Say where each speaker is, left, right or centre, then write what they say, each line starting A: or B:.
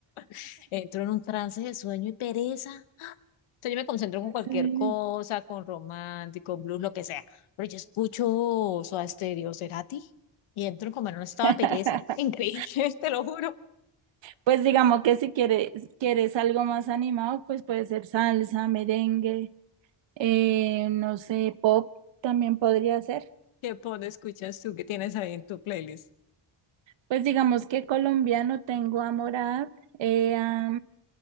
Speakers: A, on the left (about 80°); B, on the right (about 65°).
A: <laughs> Entro en un trance de sueño y pereza sea, yo me concentro con cualquier
B: Sí.
A: cosa, con romántico, blues, lo que sea. Pero yo escucho Soda Stereo, Cerati, y entro como en un estado
B: <laughs>
A: de pereza. Increíble, <laughs> te lo juro.
B: Pues digamos que si quieres, quieres algo más animado, pues puede ser salsa, merengue, eh, no sé, pop también podría ser.
A: ¿Qué pone, escuchas tú qué tienes ahí en tu playlist?
B: Pues digamos que colombiano tengo a Morat, eh, a